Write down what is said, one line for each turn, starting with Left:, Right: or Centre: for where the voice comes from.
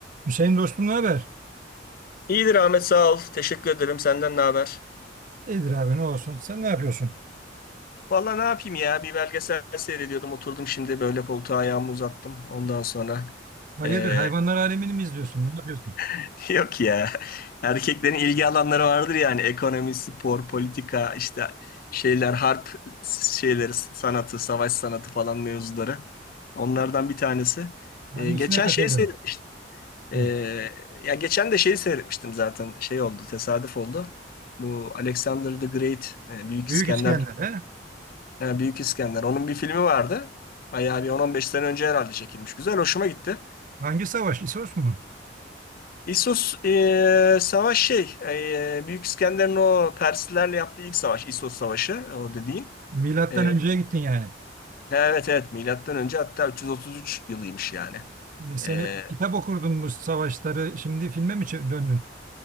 Right: Hüseyin dostum ne haber?
Left: İyidir Ahmet sağ ol. Teşekkür ederim. Senden ne haber?
Right: İyidir abi ne olsun. Sen ne yapıyorsun?
Left: Vallahi ne yapayım ya? Bir belgesel seyrediyordum. Oturdum şimdi böyle koltuğa ayağımı uzattım. Ondan sonra
Right: Hayırdır
Left: eee,
Right: hayvanlar alemini mi izliyorsun? Ne yapıyorsun?
Left: <laughs> yok ya. Erkeklerin ilgi alanları vardır yani. Ekonomi, spor, politika, işte şeyler, harp şeyleri, sanatı, savaş sanatı falan mevzuları. Onlardan bir tanesi.
Right: Hangisine
Left: Eee, geçen
Right: takıldın?
Left: şeyi seyretmiştim. Eee,
Right: Hı.
Left: ya geçen de şeyi seyretmiştim zaten. Şey oldu, tesadüf oldu. Bu Alexander the Great, e, Büyük
Right: Büyük
Left: İskender
Right: İskender he?
Left: Ha, Büyük İskender. Onun bir filmi vardı. Bayağı bir 10-15 sene önce herhalde çekilmiş. Güzel, hoşuma gitti.
Right: Hangi savaş? İsos mu?
Left: İssos e, savaş şey, e, Büyük İskender'in o Perslilerle yaptığı ilk savaş, İssos Savaşı o dediğin.
Right: Milattan
Left: E,
Right: önceye gittin yani.
Left: evet evet, milattan önce hatta 333 yılıymış yani.
Right: E Sen
Left: E,
Right: hep kitap okurdun bu savaşları. Şimdi filme mi çe- döndün?